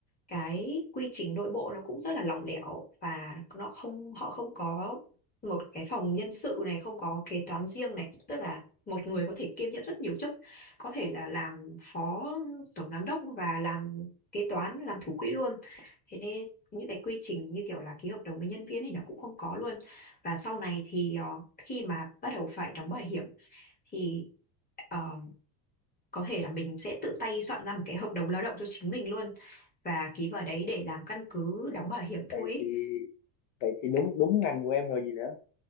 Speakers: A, on the left; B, on the left.
A: cái quy trình nội bộ nó cũng rất là lỏng lẻo và nó không họ không có một cái phòng nhân sự này không có kế toán riêng này tức là một người có thể kiêm nhiệm rất nhiều chức có thể là làm phó tổng giám đốc và làm kế toán làm thủ quỹ luôn thế nên những cái quy trình như kiểu là ký hợp đồng với nhân viên thì nó cũng không có luôn và sau này thì ờ, khi mà bắt đầu phải đóng bảo hiểm thì ờ, có thể là mình sẽ tự tay soạn ra một cái hợp đồng lao động cho chính mình luôn và ký vào đấy để làm căn cứ đóng bảo hiểm thôi
B: vậy
A: ý.
B: thì vậy thì đúng đúng ngành của em rồi gì nữa